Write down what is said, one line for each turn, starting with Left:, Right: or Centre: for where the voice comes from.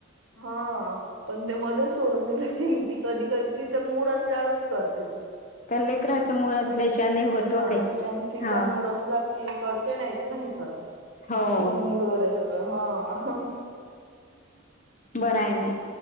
Right: हा. पण ते मध्येच सोडून दिलं ती ती कधी कधी तिचा मूड असल्यावरच करते ती.
Left: लेकराचमुळ असल्याशिवाय. नाही होत
Right: हा
Left: ओ काही.
Right: त्यां तिचा
Left: हा
Right: मूड असला की करते नाही तर नाही करत.
Left: हो
Right: तिच्या मूडवर आहे सगळं हा. हह.
Left: बर आहे ना.